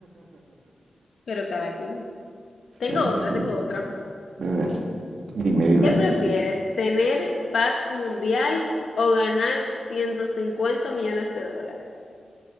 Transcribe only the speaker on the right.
Así,
a ver, dime, dime.